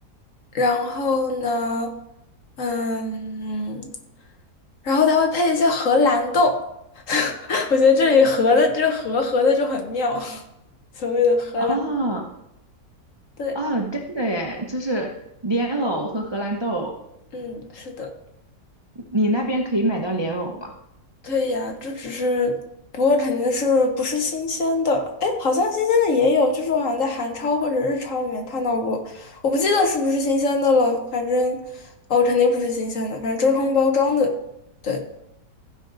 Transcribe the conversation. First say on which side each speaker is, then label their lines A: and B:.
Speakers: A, on the left (about 55°); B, on the right (about 25°).
A: 然后呢，嗯，然后它会配一些荷兰豆，<laughs> 我觉得这里荷的这个荷荷的就很妙，<laughs> 所谓的荷兰，
B: 哦，
A: 对，
B: 哦，真的耶，就是莲藕和荷兰豆
A: 嗯，是的。
B: 你那边可以买到莲藕吗？
A: 对呀，这只是，不过肯定是不是新鲜的。哎，好像新鲜的也有，就是我好像在韩超或者日超里面看到过，我不记得是不是新鲜的了。反正，哦，肯定不是新鲜的，反正真空包装的，对，